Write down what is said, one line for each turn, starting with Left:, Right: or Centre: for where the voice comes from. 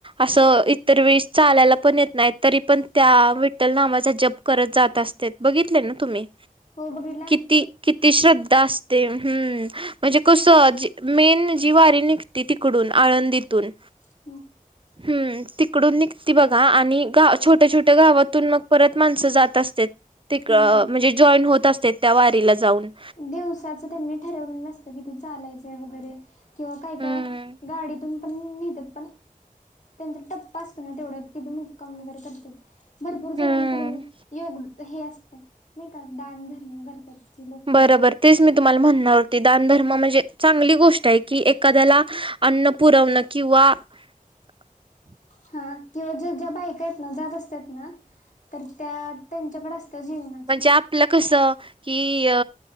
Right: असं इतर वेळीस चालायला पण येत नाहीत. तरी पण त्या विठ्ठल नामाचा जप करत जात असत्यात बघितले ना तुम्ही.
Left: हो बघितल आम्ही.
Right: ती किती श्रद्धा असते हूं म्हणजे कस आजी मेन जी वारी निगती तिकडून आळंदीतून
Left: ह <inaudible>
Right: हूं तिकडून निघती बघा आणि गा छो ट्या छोट्या गावातून मग परत माणसं जात असत्यात तिक
Left: हम्म.
Right: म्हणजे जॉईन होत असत्यात. वारीला जाऊन
Left: दिवसाचं त्यांनी ठरवलं नसतं किती चालायचे वगैरे किंवा काय, काय
Right: हम्म.
Left: गाडीतून पण नेतेत पण त्यांचा टप्प असतो ना तेवढं तिथे मुक्काम वगैरे करते भरपूर जणांकडून
Right: हम्म.
Left: योग हे असत नाही का दान धर्म करतात ती लोक
Right: बरोबर तेच मी तुम्हाला म्हणणार होते दान धर्म म्हणजे चांगली गोष्ट आहे की एखाद्याला अन्न पुरवणं किंवा <unintelligible>
Left: हा ते ज्या, ज्या बायका आहेत ना जात असतात ना तर त्या त्यांच्याकडे असतं जीवण
Right: म्हणजे आपलं कसं कि अ